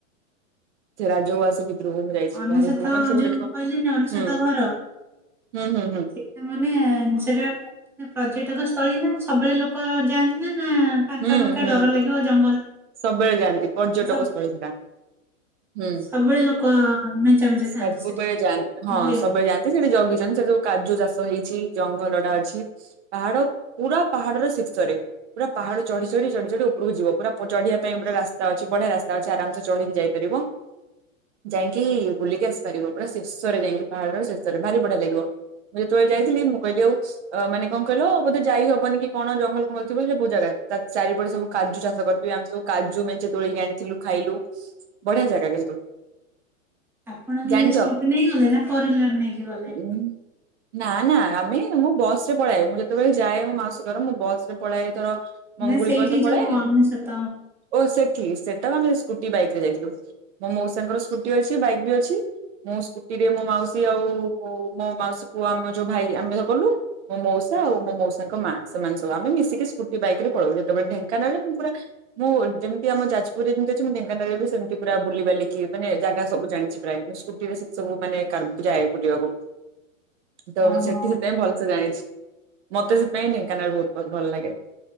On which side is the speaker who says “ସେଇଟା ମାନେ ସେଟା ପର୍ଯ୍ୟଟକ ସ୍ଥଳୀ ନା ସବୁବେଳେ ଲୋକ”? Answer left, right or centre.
Centre